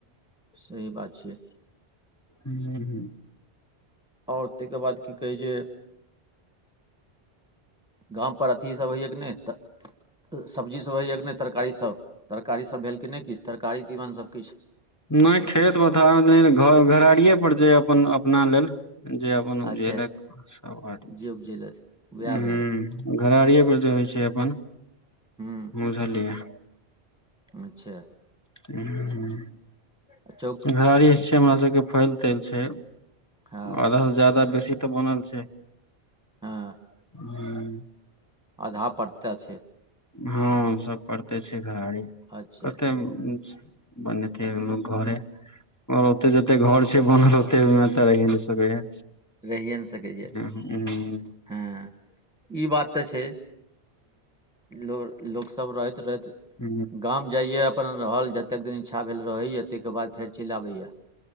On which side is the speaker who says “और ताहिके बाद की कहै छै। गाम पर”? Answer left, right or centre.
Centre